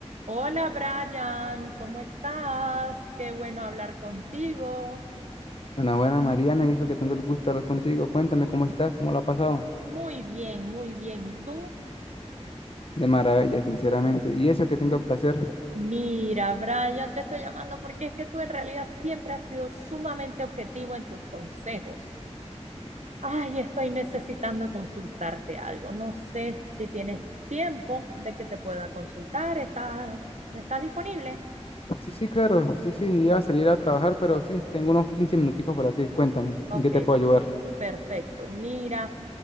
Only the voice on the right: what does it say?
Hola Brian, ¿cómo estás? Qué bueno hablar contigo.
Muy bien, muy bien. ¿Y tú?
Mira, Brian, te estoy llamando porque es que tú en realidad siempre has sido sumamente objetivo en tus consejos. Ay, estoy necesitando consultarte algo. No sé si tienes tiempo de que te pueda consultar. ¿Estás, estás disponible?
Ok,
Perfecto. Mira,